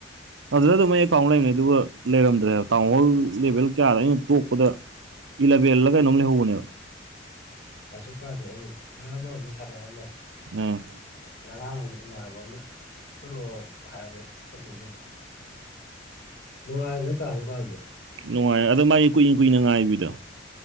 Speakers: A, on the right (about 75°); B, on the left (about 60°).
A: ꯑꯗꯨꯗ ꯑꯗꯨꯝ ꯑꯩ ꯑꯦꯀꯥꯎꯟ ꯂꯩꯅꯤꯩ ꯑꯗꯨꯒ ꯂꯩꯔꯝꯗ꯭ꯔꯦꯕ ꯇꯥꯎꯟ ꯍꯣꯜ ꯂꯦꯚꯦꯜ ꯀꯌꯥꯗ ꯑꯩꯅ ꯇꯣꯛꯄꯗ ꯏꯂꯕꯤꯦꯜꯂꯒꯥꯏꯅꯕꯝ ꯂꯩ ꯍꯧꯕꯅꯦꯕ
B: ꯀ꯭ꯂꯥꯁꯁꯨ ꯀ꯭ꯂꯥꯁꯗ ꯑꯩ ꯑꯔꯕ ꯑꯃꯨꯛ ꯁꯥꯟꯅꯔꯝꯃꯦ
A: ꯎꯝ
B: ꯉꯔꯥꯡ ꯑꯃ ꯏꯃꯥꯟꯅꯕ ꯑꯃꯅ ꯆꯠꯂꯛꯑꯣ ꯍꯥꯏꯔꯦ ꯆꯠꯂꯤꯅꯦ ꯅꯨꯡꯉꯥꯏꯕꯅꯦ ꯀꯥꯁꯨ ꯀꯥꯟꯁꯨ
A: ꯅꯨꯡꯉꯥꯏ ꯑꯗꯣ ꯃꯥꯒꯤ ꯀꯨꯏꯅ ꯀꯨꯏꯅ ꯉꯥꯏꯕꯤꯗꯣ